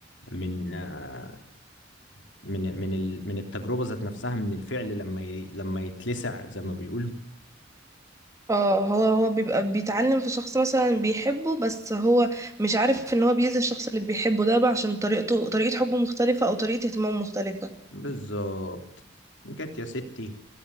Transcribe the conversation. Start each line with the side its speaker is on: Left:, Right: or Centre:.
Left: من آه، من من ال من التجربة ذات نفسها من الفعل لما ي لما يتلسع زي ما بيقولوا
Right: اه هو هو بيبقى بيتعلم في شخص مثلا بيحبه بس هو مش عارف ان هو بيأذي الشخص اللي بيحبه ده بقى عشان طريقته طريقة حبه مختلفة او طريقة اهتمامه مختلفة
Left: بالظبط جت يا ستي